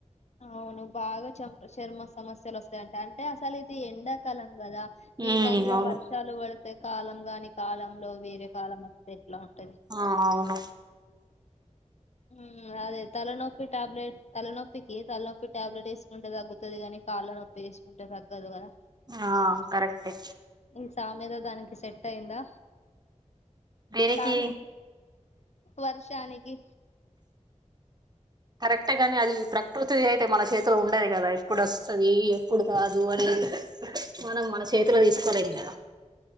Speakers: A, on the left; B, on the right.
A: అవును బాగా చ చర్మ సమస్యలు వస్తాయంటే అంటే అసలు ఇది ఎండాకాలం కదా
B: ఉమ్
A: ఈ టైమ్ లో
B: అవును
A: వర్షాలు పడితే కాలం గాని కాలం లో వేరే కాలం వస్తే ఎట్లా ఉంటది
B: ఆ అవును
A: ఉ అదేతే తలనొప్పి టాబ్లెట్ తలనొప్పికి తలనొప్పి టాబ్లెట్ వేసుకుంటే తగ్గుతుంద కాని కాళ్ళ నొప్పిేసుకుంటే త తగ్గదు కదా
B: ఆ కరెక్ట్ే
A: ఈ సామెత దానికి సెట్ అయిందా
B: దీనికి
A: కానీ వర్షానికి
B: కరెక్టే గాని అది ప్రకృతి అయితే మన చేతిలో ఉండేది కదా ఎప్పుడు వస్తుంది ఎప్పుడు కాదు అని మనం మన చేతిలో తీసుకోవలేం కదా